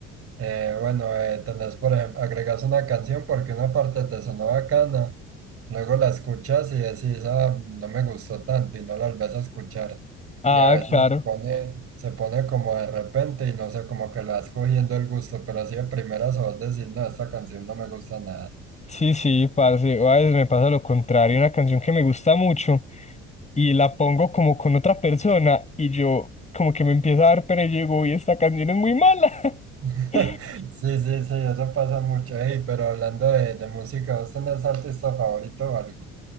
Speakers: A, on the right; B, on the left.
A: eh, bueno, eh, tenés, por ejemplo, agregas una canción porque una parte te sonó bacana, luego la escuchas y decís, ah, no me gustó tanto y no la volvés a escuchar.
B: Ah,
A: Y a veces
B: claro.
A: se pone, se pone como de repente y no sé, como que le vas cogiendo el gusto, pero así de primeras a vos decís, no, esta canción no me gusta nada.
B: Sí, sí, parce, a veces me pasa lo contrario, una canción que me gusta mucho y la pongo como con otra persona y yo como que me empieza a dar pena y yo digo, uy, esta canción es muy mala.
A: <laughs>
B: <laughs>
A: Sí, sí, sí, eso pasa mucho. Ey, pero hablando de, de música, ¿vos tenés artista favorito o algo?